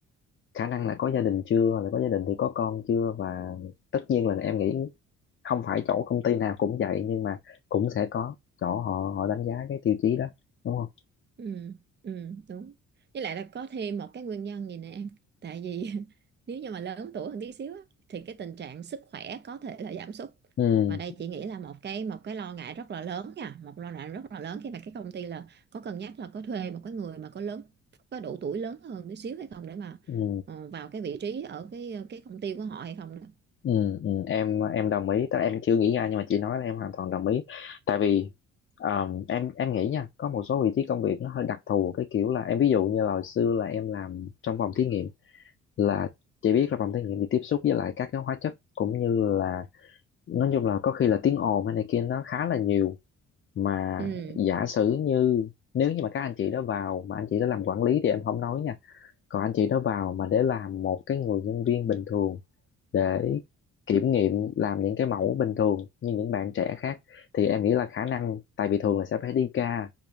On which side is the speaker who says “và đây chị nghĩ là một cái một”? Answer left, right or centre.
Right